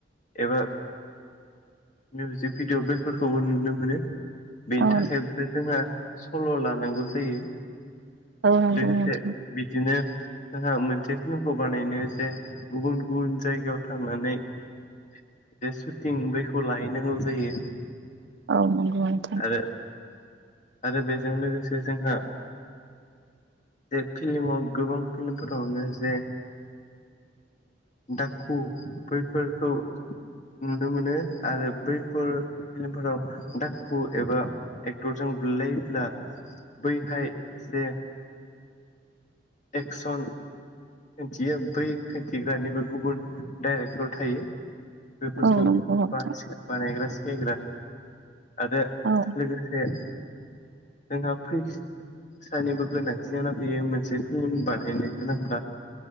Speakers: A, on the left; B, on the right.
A: एबा मिउजिक भिडियअ बेफोरखौबो नुनो मोनो बेनि
B: औ
A: थाखायबो जोंहा सल' लानांगौ जायो
B: औ नंगौ
A: लोगोसे
B: नोंथां
A: बिदिनो जोंहा मोनसे फिल्मखौ बानायनो जे गुबुन गुबुन जायगायाव थांनानै बे सुटिं बैखौ लाहैनांगौ जायो
B: औ नंगौ नोंथां
A: आरो आरो बेजों लोगोसे जोंहा जे फिल्माव गोबां फिन फोरावनो जे दाखु बैफोरखौ नुनो मोनो आरो बैफोर फिल्मफोराव दाखुु एबा एक्टरजों बुलायोब्ला बैहाय जे
B: <inaudible>
A: एक्सन खिन्थियो बै खिन्थिग्रानिबो गुबुन डाइरेक्टर थायो बेफोरखौ
B: औ नंगौ नोंथां
A: बा बानायग्रा सिखायग्रा आरो
B: औ
A: लोगोसे जोंहा फैसानिबो गोनांथि जाना फैयो मोनसे हम फिल्म बानायनो गोनांब्ला